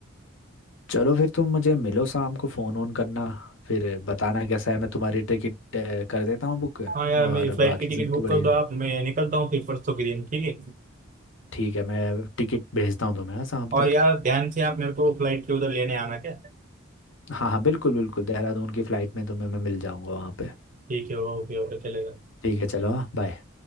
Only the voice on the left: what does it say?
चलो फिर तुम मुझे मिलो शाम को फोन ऑन करना फिर बताना कैसा है मैं तुम्हारी टिकट अ, कर देता हूँ बुक
और
बाकी
सब
तो बढ़िया
है
ठीक है मैं टिकट भेजता हूँ तुम्हें हाँ शाम
तक
हाँ हाँ बिल्कुल बिल्कुल देहरादून की फ्लाइट में तुम्हें मैं मिल जाऊंगा वहाँ पे
ठीक है चलो हाँ बाय